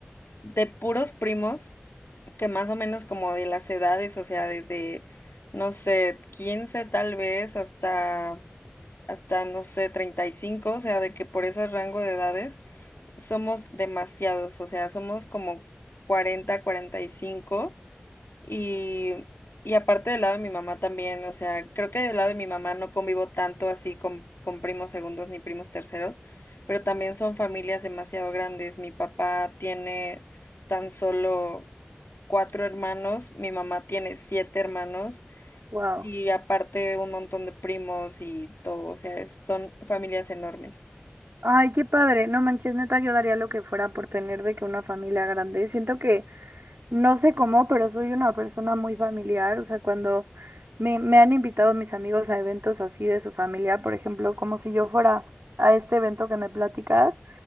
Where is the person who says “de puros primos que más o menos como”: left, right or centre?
Left